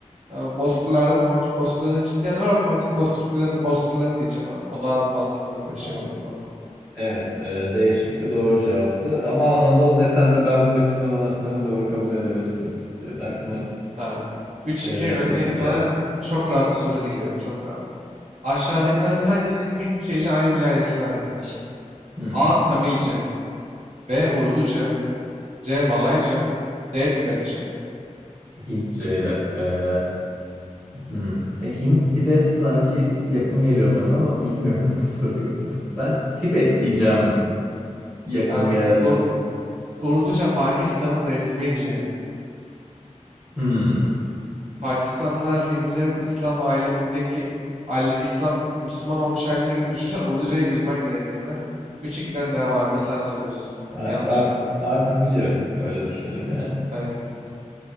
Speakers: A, on the right; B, on the right.
A: e, Bozkırlar'da Pontik Bozkırlar'ına çıktı diyen var ama Pontik Bozkırlar'ın Bozkırlar'ın diyeceğim abi. O daha mantıklı bir şey
B: Tamam.
A: olduğundan dolayı.
B: Evet, e, D şıkkı doğru cevaptı. Ama Anadolu desen de ben bu açıklamadan sonra doğru kabul edebildim. Senin hakkına.
A: Abi. 3-2
B: E,
A: öndeyim.
B: 3-2
A: Sana
B: evet.
A: çok rahat bir soru geliyor. Çok rahat. Aşağıdakilerden hangisi Hintçe ile Ayndice ailesine aittir?
B: Hı
A: A. Tamilce B. Urduca C. Malayca D. Tibetçe.
B: Hintçeyle. Ee, hmm. E, Hint, Tibet sanki yakın geliyor bana ama bilmiyorum <laughs> bu soruyu. E, Ben Tibet diyeceğim yakın
A: Abi,
B: geldiği
A: Ur-
B: için.
A: Urduca Pakistan'ın resmi dili.
B: Hmm.
A: Pakistanlılar, Hintlilerin İslam alemindeki aile, İslam Müslüman olmuş aileleri gibi düşünsen Urducayı bilmen gerekirdi. Üç ikiden devam abi sen soruyorsun.
B: Evet,
A: Yanlış
B: artık
A: yaptın.
B: artık biliyorum. Öyle düşünelim yani.
A: Evet.